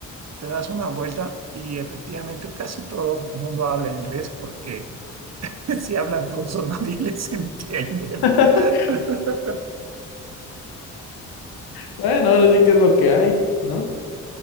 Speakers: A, on the right; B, on the left.
A: te das una vuelta y efectivamente casi todo el mundo habla inglés porque <laughs> si hablan ruso <laughs> nadie les entiende, ¿no?
B: <laughs>
A: <laughs>
B: Bueno, ahora sí que es lo que hay, ¿no?